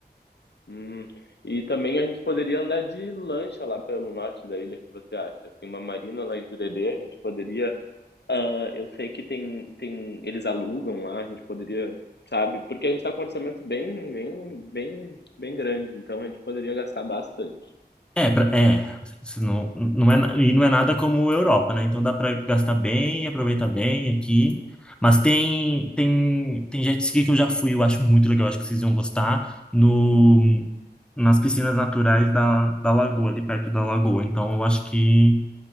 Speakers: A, on the left; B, in the centre.
A: Hum, E também a gente poderia andar de lancha lá pelo norte da ilha, o que você acha? Tem uma marina lá em Jurerê, a gente poderia Ah, eu sei que tem tem eles alugam lá, a gente poderia, sabe, porque a gente tá com um orçamento bem bem bem bem grande, então a gente poderia gastar bastante.
B: É, pra- é, se não, não é, na- e não é nada como Europa, né? Então dá para gastar bem, aproveitar bem aqui. Mas tem, tem, tem jet ski que eu já fui, eu acho muito legal, acho que vocês iam gostar, no, nas piscinas naturais da, da lagoa, ali perto da lagoa. Então eu acho que